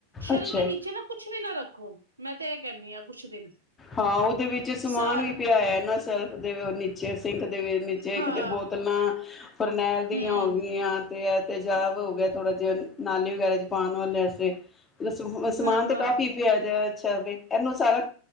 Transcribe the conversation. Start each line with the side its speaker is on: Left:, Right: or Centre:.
Right: ਸ਼ੈਲਫ
Left: ਅੱਛਾ
Right: ਦੇ ਨੀਚੇ ਨਾ ਕੁੱਛ ਵੀ ਨਾ ਰੱਖ ਖੋ। ਮੈਂ ਤੇ ਇਹ ਕਹਦੀ ਹਾਂ ਕੁਛ ਦਿਨ।
Left: ਹਾਂ ਉਹਦੇ ਵਿੱਚ ਸਮਾਨ
Right: ਸਾਰ
Left: ਵੀ ਪਇਆ ਹੋਇਆ ਨਾ ਸੈਲਫ ਦੇ ਨੀਚੇ ਸਿੰਕ <unintelligible> ਨੀਚੇ
Right: ਹਾਂ
Left: ਕਿਤੇ ਬੋਤਲਾਂ ਫਰਨੈਲ ਦੀਆਂ
Right: ਹੂੰ
Left: ਹੋ ਗਈਆਂ ਤੇ ਤੇਜਾਬ ਹੋ ਗਿਆ ਥੋੜਾ ਜਿਹਾ ਨਾਲੀ ਵਗੈਰਾ ਚ ਪਾਉਣ ਵਾਲੀਆ ਵਾਸਤੇ ਸਮਾਨ
Right: ਹਾਂ
Left: ਤੇ
Right: ਹਾਂ
Left: ਕਾਫ਼ੀ ਪਿਆ ਦੈ। <unintelligible> ਇਹਨੂੰ ਸਾਰਾ